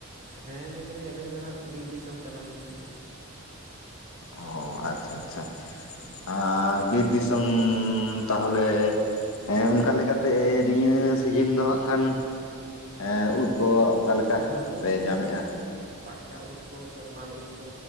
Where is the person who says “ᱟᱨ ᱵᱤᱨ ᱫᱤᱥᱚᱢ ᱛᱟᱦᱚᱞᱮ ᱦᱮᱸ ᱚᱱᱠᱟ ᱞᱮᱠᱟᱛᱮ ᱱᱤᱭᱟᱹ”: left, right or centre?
Left